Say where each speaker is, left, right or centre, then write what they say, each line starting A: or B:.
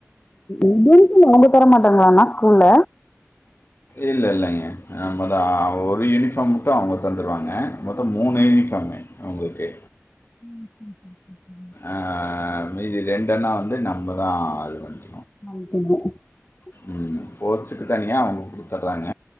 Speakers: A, on the left; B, on the left.
A: எதுமே அவஙக தர மாட்டாங்களாண்ணா ஸ்கூல்ல
B: இல்லை இல்லைங்க நம்மதான் ஒரு யூனிஃபார்ம் மட்டு அவங்க தந்துடுவாங்க மொத்தோ மூணு யூனிஃபார்மு அவங்களுக்கு
A: உம் உம் <inaudible>
B: ஆ மீதி ரெண்டுன்னா வந்து நம்ம தான் அது பண்ணிக்
A: <unintelligible>
B: ம் போட்ஸுக்கு தனியா அவங்க கொடு தர்றாங்க